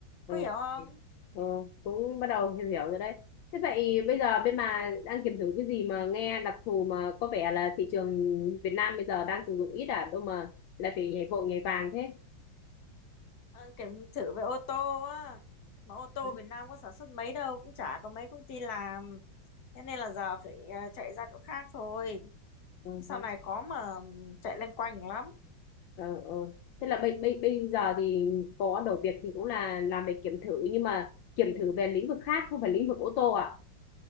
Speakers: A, on the left; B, on the left.
A: ừ.
B: Có hiểu không?
A: Ừ, cũng bắt đầu hiểu hiểu rồi đấy. Thế vậy bây giờ bên bà đang kiểm thử cái gì mà nghe đặc thù mà có vẻ là thị trường Việt Nam bây giờ đang sử dụng ít à, đâu mà lại phải nhảy vội nhảy vàng thế.
B: Ờ, Kiểm thử về ô tô á mà ô tô
A: Đấy.
B: Việt Nam có sản xuất mấy đâu cũng chả có mấy công ty làm thế nên là giờ phải ờ, chạy ra chỗ khác thôi
A: Ừ,
B: sau
A: thế.
B: này khó mà chạy loanh quanh lắm
A: Ừ, ừ. Thế là bây, bây, bây giờ thì có đầu việc thì cũng là làm về kiểm thử nhưng mà kiểm thử về lĩnh vực khác không phải lĩnh vực ô tô à?